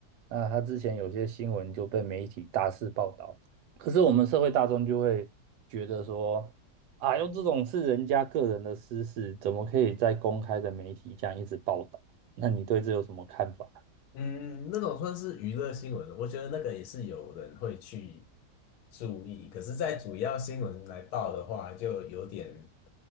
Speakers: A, on the right; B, on the left.
A: 那他之前有些新闻就被媒体大肆报道，可是我们社会大众就会觉得说。啊，用这种是人家个人的私事，怎么可以在公开的媒体这样一直报道？那你对这有什么看法？
B: 嗯，那种算是娱乐新闻，我觉得那个也是有人会去注意。可是，在主要新闻来报的话，就有点